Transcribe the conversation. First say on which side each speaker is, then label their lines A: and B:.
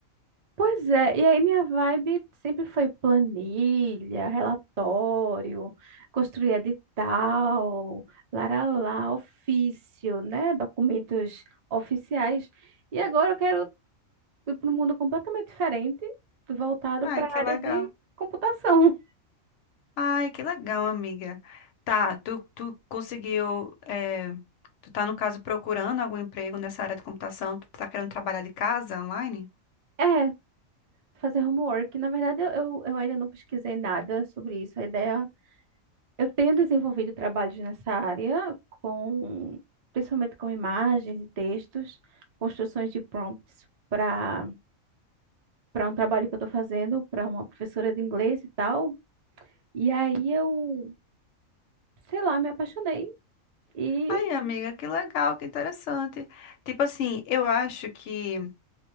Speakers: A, on the right; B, on the left.
A: Pois é, e aí minha vibe sempre foi planilha, relatório, construir edital, laralá, ofício, né? Documentos oficiais. E agora eu quero ir para um mundo completamente diferente, voltado
B: Ai,
A: para
B: que
A: a área
B: legal.
A: de computação. <laughs>
B: Ai, que legal, amiga. Tá, tu, tu conseguiu. eh, tu tá, no caso, procurando algum emprego nessa área de computação? Tu tá querendo trabalhar de casa online?
A: É, fazer homework. Na verdade, eu, eu eu ainda não pesquisei nada sobre isso. A ideia Eu tenho desenvolvido trabalhos nessa área com, principalmente com imagens e textos, construções de prompts para para um trabalho que eu estou fazendo para uma professora de inglês e tal. E aí eu, sei lá, me apaixonei e
B: Ai, amiga, que legal, que interessante. Tipo assim, eu acho que,